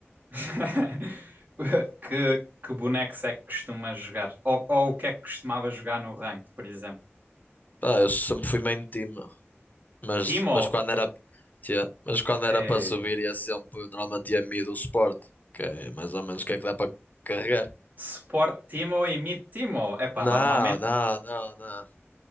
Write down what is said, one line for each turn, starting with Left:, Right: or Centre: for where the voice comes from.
Right: <laughs> Que, que bonecos é que costumas jogar? Ou, ou o que é que costumava jogar no ranked, por exemplo?
Left: Pá, eu sempre fui main team, mas,
Right: Timo?
Left: mas quando era tinha- mas quando
Right: Ei.
Left: era para subir ia sempre, normalmente ia mid o suporte, que é mais ou menos o que é que dá para carregar.
Right: Sport Timo e Meet Timo. Epá,
Left: Não,
Right: normalmente.
Left: não, não, não.